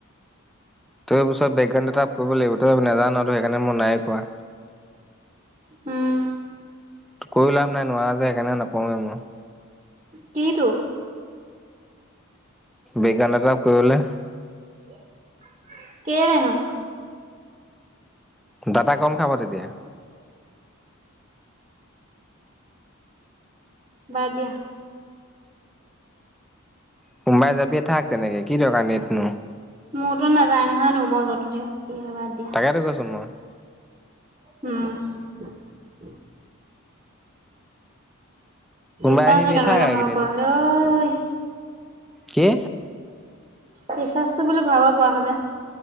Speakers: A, in the centre; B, on the right.
A: তোৰ অফিচত বেকগ্ৰাউণ্ড ছেটআপ কৰিব লাগিব। তই এইবোৰ নেজানো তোক সেইকাৰণে মই নাইয়ে কোৱা।
B: উম
A: ত কৰি লাভ নাই, নোৱাৰো যে সেইকাৰণে নকওঁৱেই মই।
B: কিটো?
A: বেকগ্ৰাউণ্ড ছেটআপ কৰিবলে
B: হি হা হা, কেলে নো?
A: ডাটা কম খাব তেতি বেয়া।
B: বাদ দিয়া।
A: সোমবাৰে যাবি থাক তেনেকে কি দৰকাৰ নেটনো
B: মোৰতো নাযায় নহয় নো বন্ধতহে? সব বাদ দিয়া।
A: তাকেতো কৈছো মই
B: উম। <unintelligible>
A: সোমবাৰে
B: ৰিচাৰ্জ
A: আহিবি
B: কেনেবাকে
A: থাক আৰু
B: ভৰাব
A: এইকেইদিন
B: পৰা হলে অই।
A: কি?
B: এই ৰিচাৰ্জ টো বুলি ভবা পৰা হলে।